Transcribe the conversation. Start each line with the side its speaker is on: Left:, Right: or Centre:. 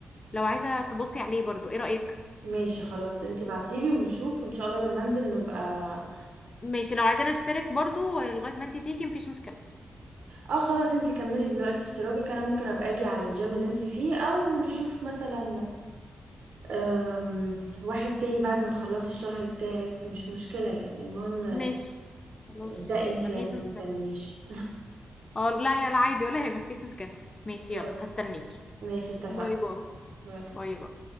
Left: لو عايزه تبصي عليه برضو ايه رايك
Right: ماشي خلاص انتي بعتيلي ونشوف وان شاء الله لما انزل نبقى اه
Left: ماشي لو عايزين اشترك برضو لغاية ما انتي تيجي مفيش مشكلة
Right: آه، خلاص انتي كملي دلوقتي اشتراكك انا ممكن ابقى اجي على الجيم اللي انتي فيه او نشوف مثلا أم... واحد تاني بعد ما تخلصي الشهر بتاعك مش مشكلة يعني المهم
Left: ماشي خلاص
Right: ده انتي
Left: مفيش
Right: يعني متستنينيش
Left: مشكلة اه لا يا لا عادي ولا يهمك مفيش مشكلة
Right: <laughs>
Left: ماشي
Right: خلاص
Left: يلا هستنيكي
Right: ماشي اتفقنا
Left: باي باي
Right: باي.
Left: باي باي